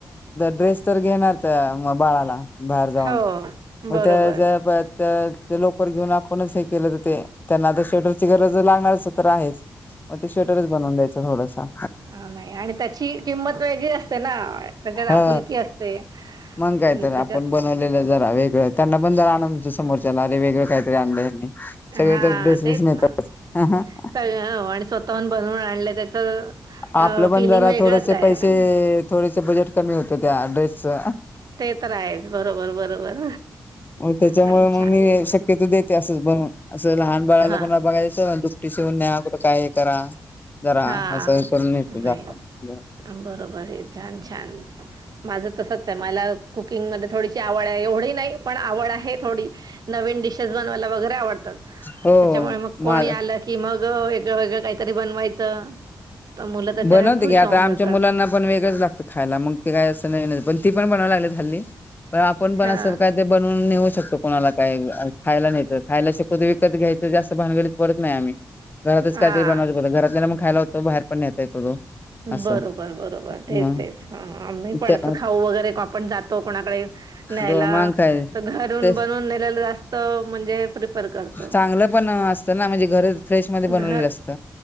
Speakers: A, on the left; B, on the right.
A: ड्रेस तर घेणार त्या मग बाळाला बाहेर जाऊन
B: हो
A: मग
B: बरोबर
A: त्या तर ते लवकर घेऊन आपणच हे केलं तर ते त्यांना तर स्वेटर गरज लागणारच तर आहेच मग ते स्वेटर बनवून द्यायचं थोडंसं
B: हा नाही आणि त्याची किंमत वेगळी असते ना त्याच्यात आपुलकी
A: हा
B: असते.
A: मग
B: अं,
A: काय तर
B: त्याच्यात
A: आपण बनवलेलं जरा वेगळं त्यांना पण जरा आनंद समोरच्याला अरे वेगळं काहीतरी आणलंय ह्यांनी सगळे
B: हां
A: तर ड्रेस
B: तेच
A: बिस नेतातच
B: ना सगळं हो आणि स्वतःहून बनवून आणलं त्याचं
A: आपलं पण
B: फिलिंग
A: जरा
B: वेगळंच
A: थोडेसे
B: आहे
A: पैसे थोडेसे बजेट कमी होतं त्या ड्रेसचं
B: ते तर आहेच बरोबर बरोबर
A: हो त्याच्यामुळे
B: नाही
A: मग
B: छान
A: मी शक्यतो देते असंच बनवून असं लहान बाळाला
B: हां
A: कोणाला बघायचच दुपटी शिवून न्या कुठं काय करा जरा
B: हां
A: असं नेते
B: नाही
A: जाताना.
B: बरोबर आहे छान छान. माझं तसंच आहे मला कुकिंगमध्ये थोडीशी आवड आहे एवढी नाही पण आवड आहे थोडी नवीन डिशेस बनवायला बघा वगैरे आवडतात
A: हो
B: त्याच्यामुळे मग कोणी
A: माझ
B: आलं की मग वेगळंवेगळ काहीतरी बनवायचं. तर मुलं त्याच्यानेच
A: बनवते
B: खुश
A: की आता
B: होऊन
A: आमच्या
B: जातात.
A: मुलांना पण वेगळंच लागतं खायला मग ते काही असं नाही पण ती पण बनवायला लागली झाली पण आपण पण
B: हां.
A: असं काय ते बनवून नेऊ शकतो. कोणाला काही खायला नाही तर खायला शिकवत विकत घ्यायचं जास्त भानगडीत पडत नाही आम्ही. घरातच
B: हां.
A: काहीरी बनवायचक होत घरातल्याना मग खायला होतो बाहेर पण नेता येतो तो.
B: बरोबर
A: असं
B: बरोबर तेच
A: मग
B: तेच नाही पण
A: त्या
B: असं
A: अ,
B: खाऊ वगैरे आपण जातो कोणाकडे न्यायला
A: दो मग काय
B: तर घरून
A: ते
B: बनवून नेलेलं जास्त म्हणजे प्रिफर करतो.
A: चांगलं पण असतं ना म्हणजे घर फ्रेश मध्ये बनवलेलं
B: घर
A: असत